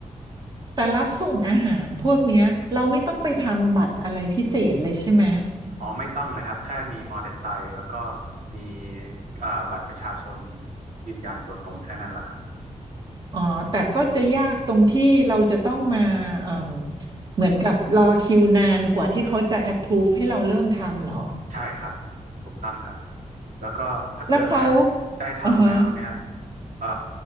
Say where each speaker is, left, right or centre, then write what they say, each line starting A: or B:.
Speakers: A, on the right; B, on the right.
A: แต่รับส่งอาหารพวกเนี้ยเราไม่ต้องไปทำบัตรอะไรพิเศษเลยใช่ไหม
B: อ๋อไม่ต้องเลยครับแค่มีมอเตอร์ไซค์แล้วก็มีเอ่อบัตรประชาชนยืนยันตัวตนแค่นั้นแหละครับ
A: อ๋อ แต่ก็จะยากตรงที่เราจะต้องมาเอ่มเหมือนกับรอคิวนานกว่าที่เขาจะ approve ให้เราเริ่มทำเหรอ
B: ใช่ครับถูกต้องครับแล้วก็ถ้าเกิดได้
A: แล้วเขา
B: ได้ทำแล้วเนี่ย
A: อ่าฮะ
B: เอ่อ